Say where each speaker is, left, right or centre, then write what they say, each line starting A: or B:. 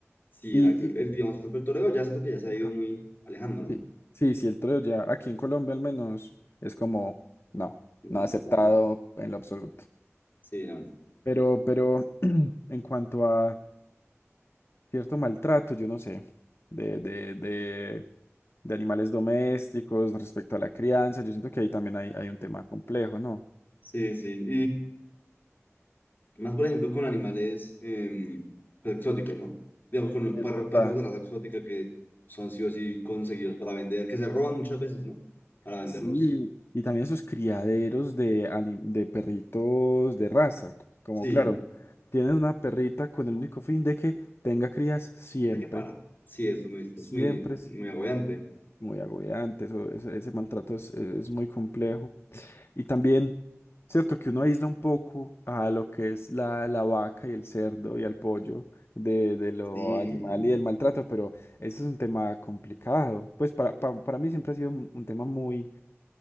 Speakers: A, on the left; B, on the left.
A: Sí,
B: Y,
A: exacto. El,
B: y-
A: el, digamos, por ejemplo, el toreo ya siento que ya se ha ido
B: ajá,
A: muy alejando, ¿no?
B: sí, sí, sí, el troleo ya aquí en Colombia al menos es como, no,
A: No,
B: no aceptado
A: más bien.
B: en lo absoluto.
A: Sí, no, no.
B: Pero, pero <clears throat> en cuanto a cierto maltrato, yo no sé, de, de, de, de animales domésticos respecto a la crianza. Yo siento que ahí también hay, hay un tema complejo, ¿no?
A: Sí, sí. Más, por ejemplo, con animales em, pues, exóticos, ¿no? Digamos, con un
B: Es
A: perro,
B: verdad.
A: perros de raza exótica que son sí o sí conseguidos para vender, que se roban muchas veces, ¿no? Para venderlos.
B: Sí, y también esos criaderos de, ani- de perritos de raza, como
A: Sí,
B: claro, tienen una perrita con el único fin de que tenga crías siempre,
A: de que para. Sí, es muy,
B: siempre
A: es muy,
B: es
A: muy agobiante.
B: muy agobiante, eso- ese, ese maltrato es, es muy complejo. Y también, cierto que uno aísla un poco a lo que es la, la vaca y el cerdo y al pollo de, de lo
A: Sí,
B: animal y del maltrato, pero ese es un tema complicado. Pues para, pa- para mí siempre ha sido un, un tema muy